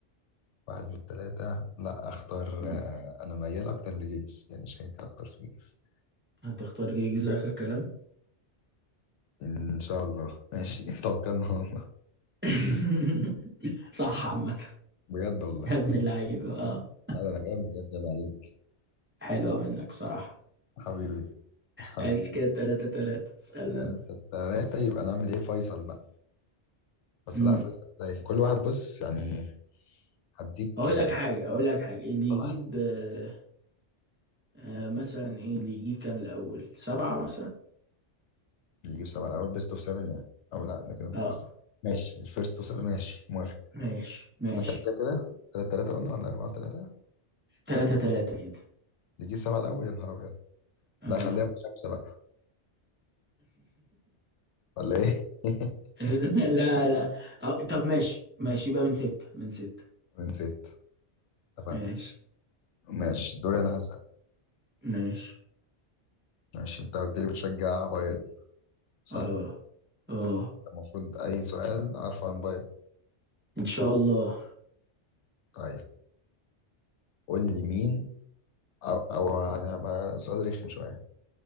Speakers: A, on the left; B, on the right.
A: واحد من التلاتة لا اختار
B: أمم.
A: آه، انا ميال اكتر لجيجز يعني شاكك اكتر في جيجز
B: هتختار جيجز اخر كلام
A: ان شاء الله ماشي <laughs> توكلنا على الله
B: <laughs> صح عامة
A: بجد والله
B: يا ابن اللعيب اه <laughs>
A: لا ده انا جامد يا ابني عيب عليك
B: حلوة منك بصراحة
A: حبيبي حبيبي
B: عايش كده تلاتة تلاتة اسألنا
A: تلاتة
B: أنا.
A: تلاتة يبقى نعمل ايه فيصل بقى بس
B: أمم.
A: لا فيصل زي كل واحد بص يعني هديك
B: اقول
A: آه،
B: لك حاجه اقول لك حاجه اللي يجيب
A: واحدة.
B: آه آه مثلا ايه اللي يجيب كام الاول سبعة مثلا
A: اللي يجيب سبعة الأول بيست أوف سفن يعني أو لا ده كده بيست
B: اه
A: أوف ماشي الفيرست أوف سفن ماشي موافق
B: ماشي ماشي
A: احنا كام كام كده؟ تلاتة تلاتة قلنا ولا أربعة تلاتة؟ اللي
B: تلاتة تلاتة كده
A: يجيب سبعة الأول يا نهار أبيض
B: اه
A: لا خليها من خمسة بقى ولا إيه؟ <laughs>
B: <laughs> لا لا أو طب ماشي ماشي يبقى من ستة من ستة
A: من ستة اتفقنا
B: ماشي
A: ماشي دوري أنا هسأل
B: ماشي
A: ماشي أنت قلت لي بتشجع بايرن صح؟
B: اه اه
A: أنت المفروض أي سؤال أعرفه عن بايرن
B: ان شاء الله
A: طيب قول لي مين أو أو هبقى سؤال رخم شوية